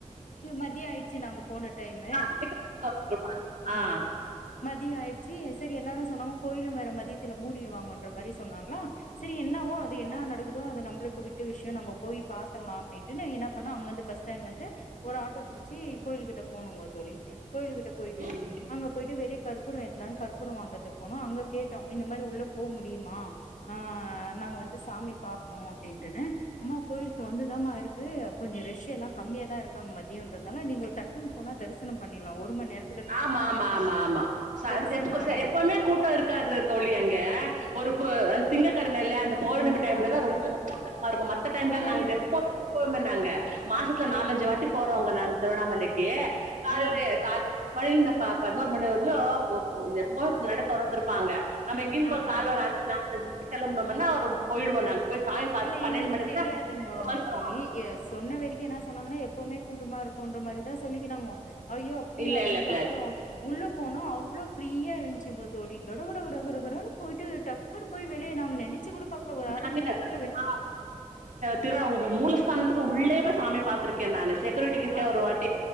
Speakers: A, on the left; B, on the right.
A: மதியோ ஆயிடுச்சு நாங்க போன டைம்மு
B: மணிக்கு திறந்துருவாங்க. ஆ
A: ம் மதியோ ஆயிடுச் ச்சி எஸ் சரிய எல்லாரும சொன்னாங்கோ கோயிலு வேற மதியத் த்துல மூடிடுவாங்கன்ற மாரி சொன்னாங்ளா செரி என்னவோ அது என்னா நடக்கு தோ அத நம்பளுக்கு விட்ட விஷ்யோ நம்ப போய் பாத்தர்லா அப்டின்ட்டுன்னு என்ன பண்ணா அங்கருந்து பஸ் ஸ்டாண்ட்ல இருந்து ஒரு ஆட்டோ புடிச்சி கோயிலுகிட்ட போனோங்க தோழி கோயிலுகிட்ட போய்ட்டு
B: ம்
A: அங்க போய்ட்டு வெளிய கற்பூரோ ஏத் தன் கற்பூரோ வாங்கத்துக்கு போனு அங்க கேட்டோ இந்த மாரி உள்ள போ முடியுமா அ நாங்க வந்து சாமி பாக்கணு அப்டின்டுன்னு அம்மா கோயில் தொறந்துதமா இருக்கு கொஞ்சோ ரெஷ் ச்சு எல்லா கம்மியா தா இருக்காங்க மதியோன்றதால நீங்க டக்குன்னு போனா தரிசனம் பண்ணிர்லா ஒரு மண் நேர்த்
B: ஆமா ஆமா ஆமா ஆமா ச
A: தரிசனம்
B: இது எப்போ
A: பண்ணிர்லா
B: செ எப்போமே கூட்ட இருக்காது தோழி அங்க ஒரு க்கு அ திங்கக்கிழமை அந்த பௌர்ணமி
A: அதுதா
B: டைம்ல
A: அதுதா
B: தா ரொம்ப கூட்டமா இருக்கும் மத்த டைம்ல
A: ஆனா
B: நா
A: எத்
B: எப்ப <inaudible> நாங்க மாசத்துல நாலஞ்சு வாட்டி போறோவங்க நாங் திருவண்ணாமலைக்கு கால்
A: ஆ
B: கால் <unintelligible> ப்பா பதினோரு மணி வரலயும் இப்ப எப்போ
A: ஆ
B: நட தொறந்துருக் ப்பாங்க நம்ம இங்கேக்கொரு
A: ஆ
B: காலல
A: ஆ
B: அஞ்சு <unintelligible> அ கிளம்பனும்ன்னா அவர் போயிடுவோம் நாங்க போய் சாமி பாத்துட்டு
A: இல்ல
B: பன்னெண்டு
A: எங்களுக்கு
B: மணிக்குள்ள
A: தெரியாதுங்கோ
B: வந்துருவோ
A: தோழி சொன்ன வரைக்கும் என்ன சொன்னாங்கனா எப்பவுமே கூட்டமா இருக்குன்ற மாரிதான் சொல்லிக்கிணாங்கோ ஐயோ அப்டியா
B: இல்ல
A: அப்டின்ட்டு
B: இல்ல இல்ல
A: அப்புறம் உள்ளே போனோம் அவ்ளோ ஃப்ரீயா இருந் சிங்க தோழிகள் டகடகடகனு போய்ட்டு டக் கோயிலுக்கு போய் <unintelligible> வெளிய நாங்க நெனச்சு கூட பாக்கல ஒரு அரை
B: நானே
A: மணிநேரத்
B: நா திருவண்ணாமலை <unintelligible> மூலஸ்தான த்துக்கு உள்ளயே போய் சாமி பார்த்திருக்கேன் நானு செக்யூரிட்டி கிட்ட
A: ஆ
B: ஒரு வாட்டி
A: ஆ